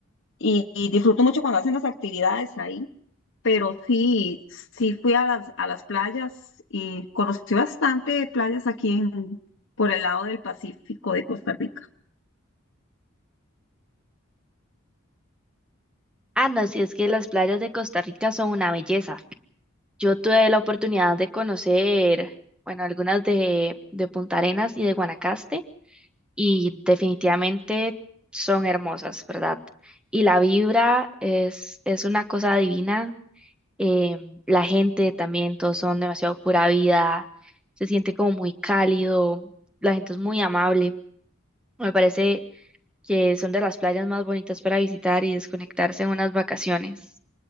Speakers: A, on the left (about 60°); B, in the centre.
A: Y, y disfruto mucho cuando hacen las actividades ahí pero sí, sí fui a las, a las playas y conocí bastante playas aquí en, por el lado del Pacífico de Costa Rica.
B: Ah, no, sí es que las playas de Costa Rica son una belleza. Yo tuve la oportunidad de conocer, bueno, algunas de, de Punta Arenas y de Guanacaste y definitivamente son hermosas, ¿verdad? Y la vibra es, es una cosa divina. eh, la gente también, todos son demasiado pura vida, se siente como muy cálido, la gente es muy amable. Me parece que son de las playas más bonitas para visitar y desconectarse en unas vacaciones.